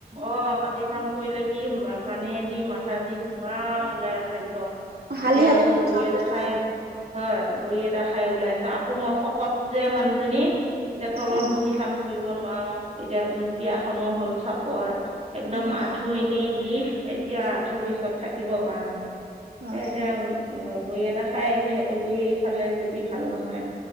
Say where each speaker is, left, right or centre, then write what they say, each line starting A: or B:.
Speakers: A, on the right; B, on the right.
A: অঁ মাটি কাম কৰিলে কি কাণে দি মাথা দি ধোঙা ওলাই। একদম,
B: হালি
A: এতিয়া
B: হালি
A: আকৌ
B: মোচা
A: বহী এটা
B: গৈছে
A: খাই- হয়, বহী এটা খাই ওলাইছো, আকৌ মই শকত যে মানুহজনী এতিয়া তলত
B: অ
A: বহি কাম- কৰিব নোৱাৰো, এতিয়া পিয়াখনো হল চাপৰ একদম
B: হয়
A: আঠ- ঠু এনেই বিষ, এতিয়া আঁঠুৰ বিষত থাকিব পৰা নাই। সে
B: হয়
A: এতিয়া- অঁ বৰি এটা খাই আহিছো, সেইটো বৰি খালে যদি ভাল নহয়-